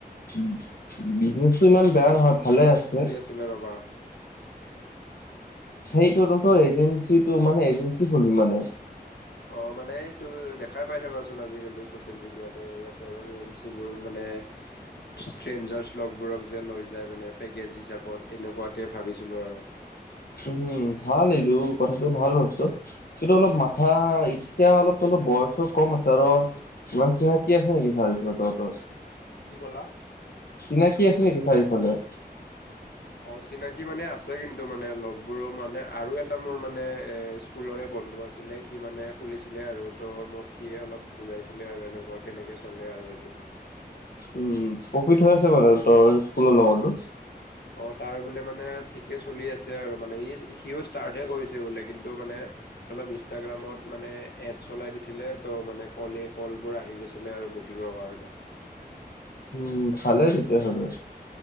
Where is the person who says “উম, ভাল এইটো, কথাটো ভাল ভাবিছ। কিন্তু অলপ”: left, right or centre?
Left